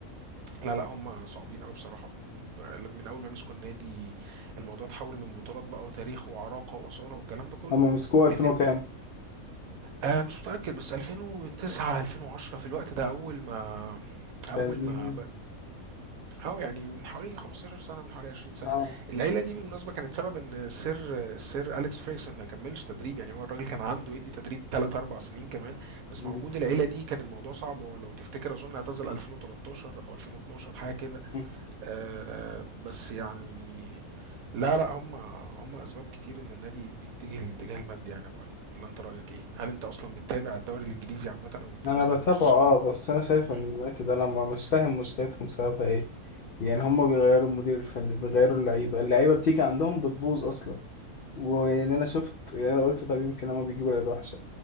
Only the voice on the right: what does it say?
لا لا هم صعبين قوي بصراحه ب- من اول ما مسكوا النادي الموضوع اتحول من بطولات بقى وتاريخ وعراقه واصاله والكلام ده كله
لان
آه مش متاكد بس 2009 2010 في الوقت ده اول ما اول
ما اه يعني من حوالي 15 سنة من حوالي 20 سنة
العيلة دي بالمناسبة كانت سبب ان سير سير أليكس فيرجسون ما يكملش تدريب يعني هو الراجل كان عنده يدي تدريب 3 4 سنين كمان بس
مع وجود العيلة دي كان الموضوع صعب ولو تفتكر اظن اعتزل 2013 او 2012 حاجة كده
آه بس يعني لا لا هم هم اسباب كتير ان النادي بيتجه للاتجاه المادي يعني يا ابو علي ولا انت رأيك ايه هل انت اصلا بتتابع الدوري الانجليزي عامة او بتتابع
يعني مانشستر
يونايتد
مم.